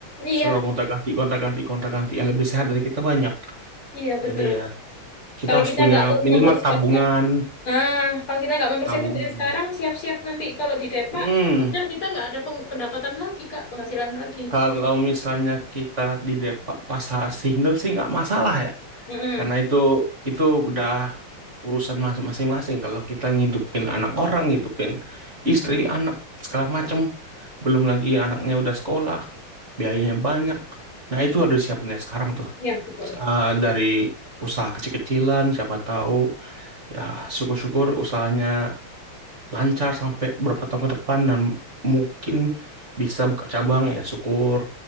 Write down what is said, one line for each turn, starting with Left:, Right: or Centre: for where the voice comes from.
Left: iya
Right: Selalu gonta-ganti, gonta-ganti, gonta-ganti yang lebih sehat dari kita banyak.
Left: iya betul
Right: Jadi ya kita
Left: kalau
Right: harus
Left: kita
Right: punya
Left: nggak perlu
Right: minimal
Left: mempersiapkan
Right: tabungan,
Left: ah kalau kita nggak mempersiapkan
Right: tabungan.
Left: dari sekarang siap-siap nanti kalau di depak
Right: Hmm.
Left: udah kita nggak ada peng- pendapatan lagi kak penghasilan lagi
Right: Kalau misalnya kita di Depak pas single sih nggak masalah ya,
Left: Mm-mm.
Right: karena itu itu udah urusan mas- masing-masing. Kalau kita ngidupin anak orang, ngidupin istri, anak segala macem, belum lagi anaknya udah sekolah, biayanya banyak. Nah itu harus disiapin dari sekarang tuh,
Left: ya betul
Right: S- eh, dari usaha kecil-kecilan, siapa tahu ya syukur-syukur usahanya lancar sampai berapa tahun ke depan dan mungkin bisa buka cabang ya syukur.